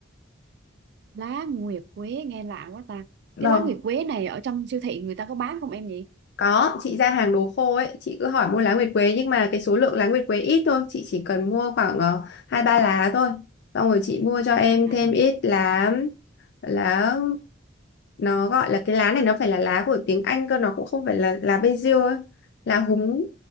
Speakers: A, on the right; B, on the left.
A: lá nguyệt quế nghe lạ quá ta.
B: Vâng,
A: Cái lá nguyệt quế này ở trong siêu thị người ta có bán không em nhỉ?
B: có, chị ra hàng đồ khô ấy, chị cứ hỏi mua lá nguyệt quế nhưng mà cái số lượng lá nguyệt quế ít thôi, chị chỉ cần mua khoảng ờ, hai ba lá thôi. Xong rồi chị mua cho em
A: À,
B: thêm ít lá lá nó gọi là cái lá này nó phải là lá của tiếng Anh cơ nó cũng không phải là lá basil ấy. là húng